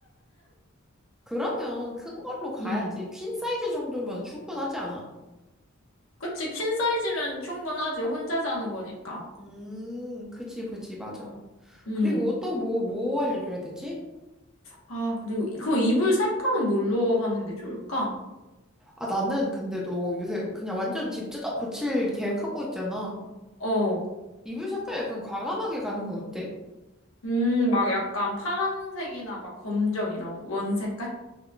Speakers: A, in the centre; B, on the left (about 75°).
A: 그러면 큰 걸로 가야지.
B: 음.
A: 퀸 사이즈 정도면 충분하지 않아?
B: 그치, 퀸 사이즈면 충분하지. 혼자 자는 거니까.
A: 음, 그지, 그지, 맞아.
B: 음.
A: 그리고 또 뭐, 뭐 알려줘야 되지?
B: 아, 그리고, 이- 그 이불 색깔은 뭘로 하는 게 좋을까?
A: 아, 나는 근데 너 요새 그냥 완전 집 뜯어 고칠 계획하고 있잖아.
B: 어.
A: 이불 색깔 약간 과감하게 가는 건 어때?
B: 음, 막 약간 파란색이나 막 검정 이런 원 색깔?